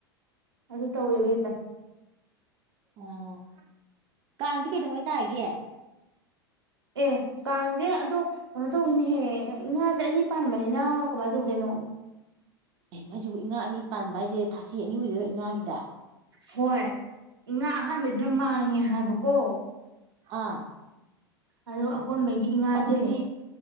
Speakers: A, on the right; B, on the right.
A: ꯑꯗꯨ ꯇꯧꯋꯦꯕ ꯍꯦꯛꯇ
B: ꯑꯣ ꯀꯥꯡꯖꯦ ꯀꯩꯗꯧꯉꯩ ꯇꯥꯏꯒꯦ
A: ꯑꯦ ꯀꯥꯡꯁꯦ ꯑꯗꯣ ꯀꯩꯅꯣ ꯇꯧꯅꯤꯅꯦꯍꯦ ꯏꯉꯥꯁꯦ ꯑꯅꯤ ꯄꯥꯟꯕꯅꯤꯅ ꯀꯃꯥꯏꯅ ꯇꯧꯗꯣꯏꯅꯣ
B: ꯀꯩꯅꯣ ꯍꯥꯏꯁꯤꯕꯨ ꯏꯉꯥ ꯑꯅꯤ ꯄꯥꯟꯕ ꯍꯥꯏꯁꯦ ꯊꯥꯁꯤ ꯑꯅꯤ ꯑꯣꯏꯗꯣꯏꯔꯣ ꯏꯉꯥꯒꯤꯗ
A: ꯍꯣꯏ ꯏꯉꯥ ꯑꯍꯥꯟꯕꯩꯗꯅ ꯃꯥꯡꯉꯦ ꯍꯥꯏꯕꯀꯣ
B: ꯑꯥ
A: ꯑꯗꯨ ꯑꯀꯣꯟꯕꯒꯤ ꯏꯉꯥꯁꯦ
B: ꯑꯗꯨꯗꯤ